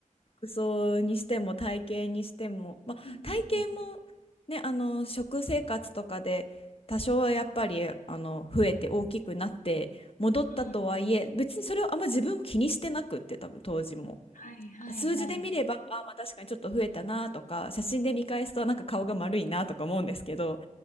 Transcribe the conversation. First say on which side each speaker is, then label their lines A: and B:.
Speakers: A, on the left (about 45°); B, on the left (about 80°).
A: 服装にしても体型にしても、まあ、
B: うんうんうん。
A: 体型もね、あの食生活とかで多少はやっぱりあの増えて大きくなって戻ったとはいえ別にそれをあんま自分気にしてなくって多分当時も。
B: うん。はいはいはい。
A: 数字で見れば、あまあ確かにちょっと増えたなとか、写真で見返すとなんか顔が丸いなとか思うんですけど、